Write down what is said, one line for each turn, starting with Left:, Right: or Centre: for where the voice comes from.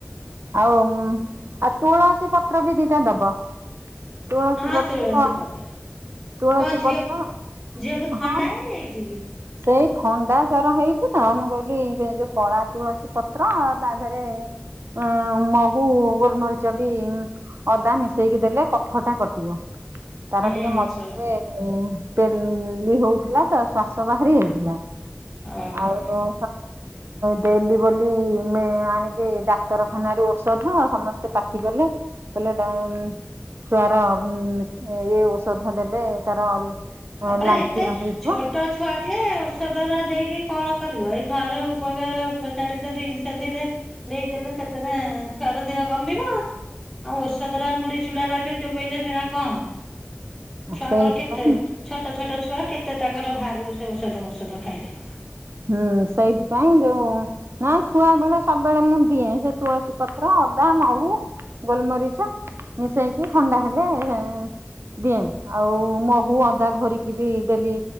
Right: ଆଉ ଆଉ ତୁଳସୀ ପତ୍ର ବି ଦିଟା ଦବ। ତୁଳସୀ
Centre: ହଁ
Right: ପତ୍ର
Centre: ତୁଳସୀ ପତ୍ର
Right: ତୁଳସୀ
Centre: କଣ ଝିଅକୁ
Right: ପତ୍ର,
Centre: ଝିଅକୁ ଥଣ୍ଡା
Right: ହଁ ବା
Centre: ହେଇଯାଇଛି କି
Right: ସେଇ ଥଣ୍ଡା ଜର ହେଇଛି ତ, ମୁଁ କହିଲି ଯୋଉ କଳା ତୁଳସୀ ପତ୍ର ଆଁ ତାଧେରେ ଉମ୍ ମହୁ, ଗୋଲମରିଚ ବି ଅଦା ମିଶେଇକି ଦେଲେ, କଫଟା କଟିବ। ତାର
Centre: ହୁଁ
Right: ଟିକେ ମଝିରେ
Centre: ସେୟା ଭଲ
Right: ପେଲଲି ହଉଥିଲା ତ ଶ୍ଵାସ ବାହାରି ଯାଇଥିଲା,
Centre: ଓହୋ
Right: ଆଉ ଦେଲି ବୋଲି ମେ ଆଣିକି ଡା ଡାକ୍ତରଖାନାରୁ ଔଷଧ, ସମସ୍ତେ ପାଟି କଲେ କହିଲେ ଏଇଟା ଉମ୍ ଛୁଆର ଉମ୍ ଇଏ ଔଷଧ ଦେଲେ ତାର
Centre: ତାପରେ
Right: ଲାଞ୍ଚୁଆ
Centre: ଏତେ
Right: ହେଇଯିବ
Centre: ଛୋଟ ତ ଛୁଆଟିଏ ଔଷଧ ଗୁରା ଦେଇକି କଣ କରିବ? ଏଇ ଘର ଉପକାର ଉପଚାରିତ ଜିନିଷ ଥିଲେ ଦେଇଦେଲେ ସେଥିରେ ଛୁଆର ଦେହ କମିବ। ଆଉ ଔଷଧ ଗୁରା ମୁଡି ଚୁଡା ବାଗେ ଚୋବେଇଲେ ସେଇରା କଣ ହବ? ଛୁଆଙ୍କର
Right: ସେଇଥିପାଇଁ
Centre: କେତେ ଛୋଟ ଛୋଟ ଛୁଆ, କେତେ ତାଙ୍କର ବାହାରିବ ସେ ଔଷଧ ମୋଷଦ ଖାଇଲେ।
Right: ହୁଁ, ସେଇଥିପାଇଁ ଯୋଉ ନା ଛୁଆ ବେଳେ ସବୁବେଳେ ମୁଁ ଦିଏ, ସେ ତୁଳସୀ ପତ୍ର, ଅଦା, ମହୁ ଗୋଲମରିଚ, ମିଶେଇକି ଥଣ୍ଡା ହେଲେ ହେଁ ଦିଏଁ ଆଉ ମହୁ ଅଦା ଘୋରିକି ବି ଦେଲି